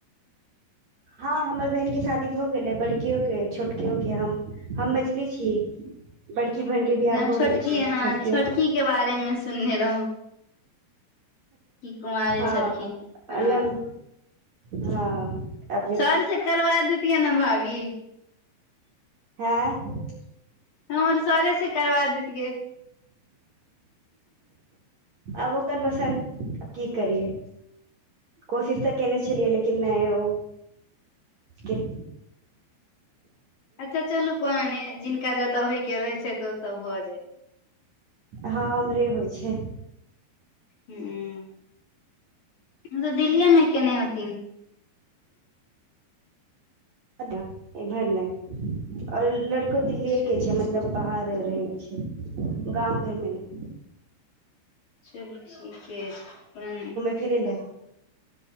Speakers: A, on the right; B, on the left.
A: हं हमर बहिन के शादी भऽ गेलै बड़कियो के छोटकियो के हम हम मझली छी बड़की बहिन के बियाह
B: जे हम
A: भ
B: छोटकी
A: गेल छै
B: हँ
A: छोटकियो
B: छोटकी के बारे मे सुनने रहं कुमारी
A: हं
B: छलखिन हँ
A: अलग हं अ
B: सर से करवा दतिए ने भाभी
A: हँ
B: हमर सरे से करवा देतिये
A: आब ओकर पसन्द की करियै कोशिश तऽ केने छलियै लेकिन नै ओ कित
B: अच्छा चलू कोनो नै जिनका जतऽ होय के रहै छै तऽ ओतऽ भऽ जते
A: हँ हमरे होइ छै
B: हं तऽ दिल्लियेमें केने होथिन
A: एमहर नय और लड़को दिल्लीए
B: अच्छा
A: के छै मत लब बाहरे रहै छै गाम घरमे नै
B: चलू ठीके छ
A: फिर लय